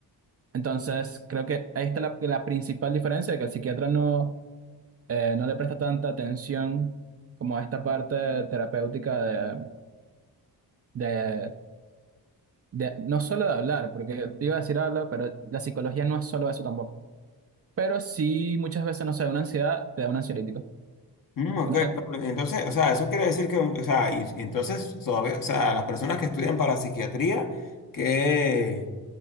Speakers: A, on the right; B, on the left.
A: Entonces, creo que ahí está la, la principal diferencia, que el psiquiatra no, eh, no le presta tanta atención como a esta parte terapéutica de, de, no solo de hablar, porque iba a decir habla, pero la psicología no es solo eso tampoco. Pero sí, muchas veces, no sé, una ansiedad te da un ansiolítico.
B: Mm, ok,
A: Una
B: no, pues, Entonces, o sea, eso quiere decir que, o sea, y- y entonces, todavía, o sea, las personas que estudian para psiquiatría, que...